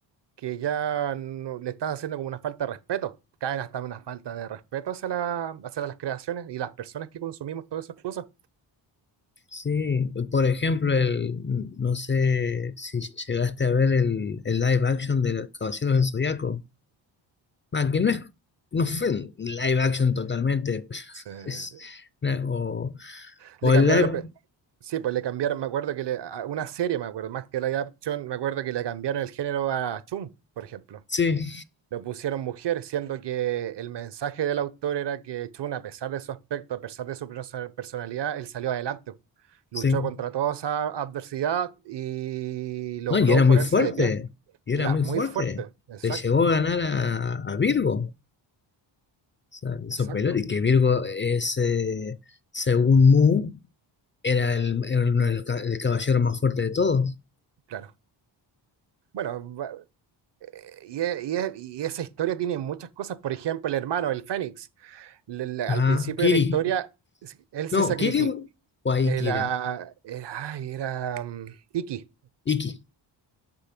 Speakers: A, on the right; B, on the left.
A: que ya no- le estás haciendo como una falta de respeto, caen hasta una falta de respeto hacia, la- hacia las creaciones y las personas que consumimos todas esas cosas.
B: Sí, por ejemplo, el, no sé si llegaste a ver el, el live action de los Caballeros del Zodiaco. Ah, que no es, no fue un live action totalmente, <laughs> pero
A: Se-
B: es una- o, o
A: le cambiaron
B: el live,
A: la... pe- Sí, pues le cambiaron, me acuerdo que le... a- Una serie, me acuerdo, más que la adaptación, me acuerdo que le cambiaron el género a Chun, por ejemplo.
B: sí,
A: lo pusieron mujer, siendo que el mensaje del autor era que Chun, a pesar de su aspecto, a pesar de su perso- personalidad, él salió adelante, luchó
B: sí.
A: contra toda esa adversidad y logró
B: No, y era muy
A: ponerse
B: fuerte,
A: de pie.
B: y
A: Y
B: era
A: era
B: muy
A: muy
B: fuerte.
A: fuerte, exacto,
B: Le llegó a ganar a, a Virgo, o sea, le hizo
A: exacto,
B: pelota, y que Virgo es, eh, según Mu, era el, era uno de los ca- el caballero más fuerte de todos.
A: claro. Bueno, va- y, e- y e- y esa historia tiene muchas cosas, por ejemplo, el hermano, el Fénix, le- le- al
B: Ajá,
A: principio
B: Kiri.
A: de la historia, él se
B: No,
A: sacrificó.
B: Kiri o ahí
A: Era,
B: Kira.
A: era, ay, era mm, Iki.
B: Iki.